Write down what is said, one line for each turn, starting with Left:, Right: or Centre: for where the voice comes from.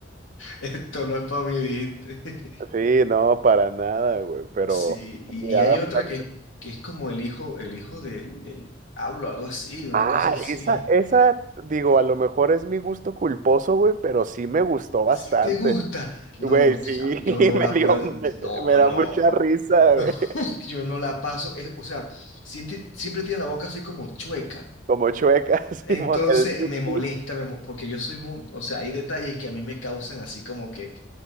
Left: Esto no es para mí, ¿viste? <laughs>
Right: Sí, no, para nada, güey, pero...
Left: Sí, y,
Right: y
Left: y
Right: Adam
Left: hay otra
Right: Sandler-
Left: que, que es como el hijo, el hijo del, del hablo, algo así, una
Right: Ah,
Left: cosa así.
Right: esa, esa, digo, a lo mejor es mi gusto culposo, güey, pero sí me gustó bastante.
Left: Si te gusta, no,
Right: Güey,
Left: cha-
Right: sí,
Left: yo
Right: <laughs>
Left: no
Right: me
Left: la
Right: dio,
Left: puedo,
Right: me,
Left: no,
Right: me da
Left: no,
Right: mucha risa,
Left: no,
Right: güey.
Left: <laughs> yo no la paso, es- o sea, siempre, siempre tiene la boca así como chueca.
Right: Como chueca, <laughs> Simón,
Left: Entonces
Right: el Nicky.
Left: me molesta, me mo- porque yo soy, mu- o sea, hay detalles que a mí me causan así como que,